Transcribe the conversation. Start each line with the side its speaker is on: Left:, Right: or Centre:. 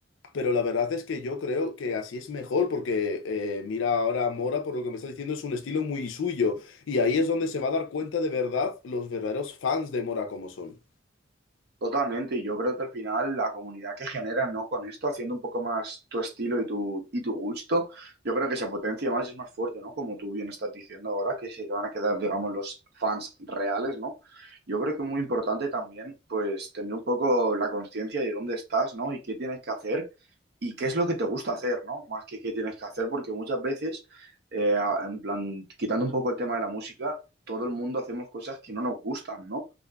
Left: pero la verdad es que yo creo que así es mejor porque eh, mira ahora Mora, por lo que me está diciendo, es un estilo muy suyo. Y ahí es donde se va a dar cuenta de verdad los verdaderos fans de Mora como son.
Right: Totalmente, y yo creo que al final la comunidad que genera, ¿no? Con esto, haciendo un poco más tu estilo y tu, y tu gusto, yo creo que se potencia más y es más fuerte, ¿no? Como tú bien estás diciendo ahora, que se van a quedar, digamos, los fans reales, ¿no? Yo creo que es muy importante también, pues, tener un poco la conciencia de dónde estás, ¿no? Y qué tienes que hacer y qué es lo que te gusta hacer, ¿no? Más que qué tienes que hacer, porque muchas veces, eh, a- en plan, quitando un poco el tema de la música, todo el mundo hacemos cosas que no nos gustan, ¿no?